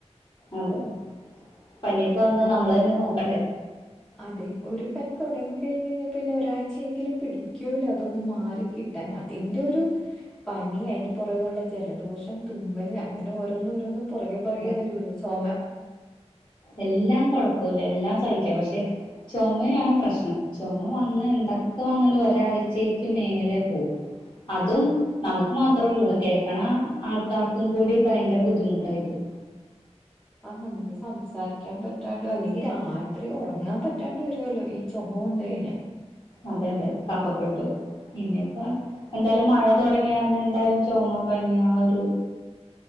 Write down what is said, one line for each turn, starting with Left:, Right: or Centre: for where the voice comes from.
Left: അതെ പനിയൊക്കെ വന്ന
Centre: ക-
Left: നമ്മള് തന്നെ നോക്കണ്ടേ
Centre: അതെ ഒരു പനി തുടങ്ങിക്കഴിഞ്ഞഞ് കഴിഞ്ഞാൽ പിന്നെ ഒരാഴ്ചയെങ്കിലും പിടിക്കുമല്ലോ അതൊന്നന്ന് മാറിക്കിട്ടാൻ. അതിന്റെ ഒരു പനി അതിന്റെ പുറകുള്ള ജലദോഷം തുമ്മല് അങ്ങനെ ഓരോന്നും ഓരോന്നും പുറകെ പുറകെ
Left: അതെ
Centre: വരൂലേ ചൊമ
Left: എല്ലാം കുഴപ്പമില്ല എല്ലാം സഹിക്കാം പക്ഷെ ചുമയാണ് പ്രശ്നം ചുമ വന്ന് എന്തൊക്കെ വന്നാല ഒരാഴ്ചയ്ക്ക് മേലെ പോവും. അതും നമുക്ക് മാത്രേള്ളൂ കേൾക്കണ ആൾക്കാർക്കും കൂടി ഭയങ്കര ബുദ്ധിമുട്ടായിരിക്കും
Centre: നമുക്ക് സംസാരിക്കാൻ പറ്റാതെ അല്ലെങ്കിൽ രാത്രി ഉറങ്ങാൻ പറ്റാതെ വരുമല്ലോ ഈ ചുമ വന്നു കഴിഞ്ഞാൽ
Left: അതെ അതെ കഫക്കെട്ടും പിന്നെപ്പോ മഴ തുടങ്ങി എന്തായാലും ചുമ പനി ആ ഒരു